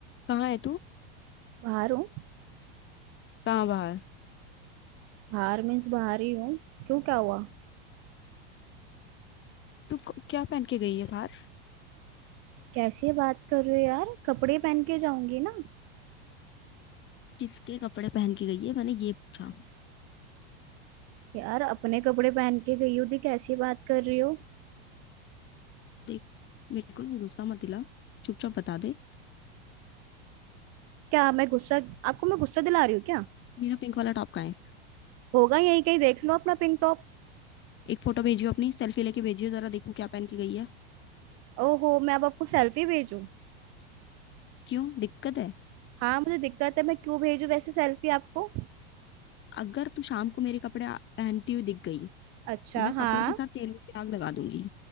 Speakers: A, on the left; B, on the right.
A: कहाँ है तू
B: बाहर हूँ
A: कहाँ बाहर
B: बाहर मीन्स बाहर ही हूँ क्यों क्या हुआ
A: तू क- क्या पहन के गई है बाहर
B: कैसी बात कर रही हो यार कपड़े पहन के जाऊंगी ना
A: किसके कपड़े पहन के गई है मैंने ये पूछा
B: यार अपने कपड़े पहन के गई हो थी कैसी बात कर रही हो
A: देख मेरे को ना गुस्सा मत दिला चुपचाप बता दे
B: क्या मैं गुस्सा आपको मैं गुस्सा दिला रही हूँ क्या
A: मेरा पिंक वाला टॉप कहाँ है
B: होगा यही कहीं देख लो अपना पिंक टॉप
A: एक फोटो भेजियो अपनी सेल्फी लेके भेजियो जरा देखूं क्या पहन के गई है
B: ओहो मैं अब आपको सेल्फी भेजूं
A: क्यों दिक्कत है
B: हाँ मुझे दिक्कत है मैं क्यों भेजूं वैसे सेल्फी आपको
A: अगर तू शाम को मेरे कपड़े आ- पहनती हुई दिख गई
B: अच्छा
A: मैं कपड़ों
B: हाँ
A: के साथ तेल में भी आग लगा दूंगी